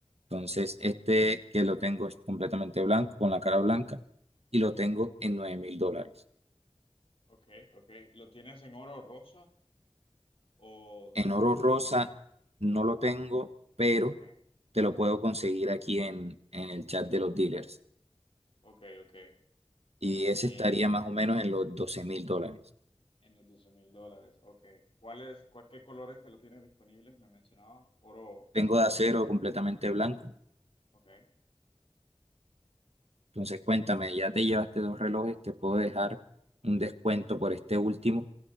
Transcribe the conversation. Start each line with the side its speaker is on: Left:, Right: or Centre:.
Right: Entonces, este que lo tengo es completamente blanco, con la cara blanca, y lo tengo en nueve mil dólares.
Left: Ok, ok. ¿Lo tienes en oro rosa o...?
Right: En oro rosa no lo tengo, pero
Left: Ok.
Right: te lo puedo conseguir aquí en, en el chat de los dealers.
Left: Ok, ok.
Right: Y ese
Left: Eh,
Right: estaría más o menos en los doce mil dólares.
Left: en los doce mil dólares, ok. ¿Cuáles, cua- qué colores que lo tienes disponibles? Me mencionabas. Oro.
Right: Tengo de acero
Left: Oro.
Right: completamente blanco.
Left: Ok.
Right: Entonces, cuéntame, ya te llevaste dos relojes, te puedo dejar un descuento por este último.